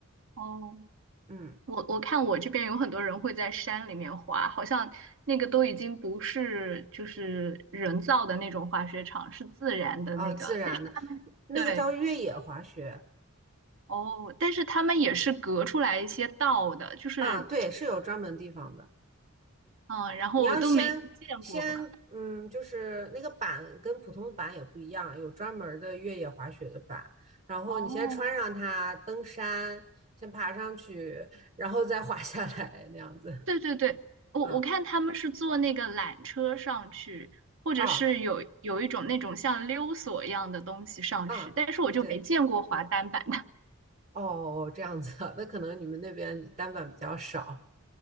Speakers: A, on the right; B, on the right.
A: 哦。
B: 嗯，
A: 我我看我这边有很多人会在山里面滑，好像那个都已经不是就是人造的那种滑雪场，是自然的那个。
B: 啊，自然的，
A: 但是
B: 那个叫越野滑雪
A: 对哦，但是他们也是隔出来一些道的，就是
B: 啊，对，是有专门地方的。
A: 嗯，然后我都没见过。
B: 你要先先，嗯，就是那个板跟普通的板也不一样，有专门儿的越野滑雪的板。然后你先穿上它登山，
A: 哦，
B: 先爬上去，然后再滑下来，那样子。
A: 对对对，我我看他们是坐那个缆车上去，
B: 嗯，
A: 或者是有有一种那种像溜索一样的东西上去，
B: 啊啊，
A: 但是我就没见过滑单板的。
B: 对。哦，这样子啊，那可能你们那边单板比较少。